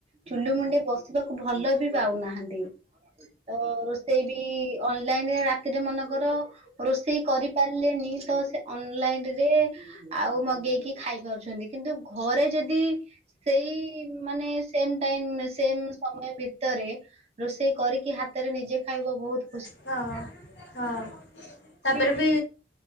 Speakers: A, on the right (about 35°); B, on the left (about 75°).
A: ଚୁଲି ମୁଣ୍ଡେ ବସିବାକୁ ଭଲ ବି ପାଉନାହାନ୍ତି। ତ ରୁଷେଇ ବି, ଅନ୍‌ଲାଇନ୍‌ ରେ ରାତିରେ ମନେକର ରୁଷେଇ କରି ପାରିଲିନି, ତ ସେ ଅନ୍‌ଲାଇନି ରେ ଆଉ ମଗେଇ କି ଖାଇ ପାରୁଛନ୍ତି। କିନ୍ତୁ ଘରେ ଯଦି ସେଇ ମାନେ ସେମ୍ ଟାଇମ୍, ସେମ୍ ସମୟ ଭିତରେ। ରୁଷେଇ କରିକି, ହାତେରେ ନିଜେ ଖାଇବ ବହୁତ୍
B: ହଁ ହଁ ତାପରେ
A: <unintelligible>
B: ବି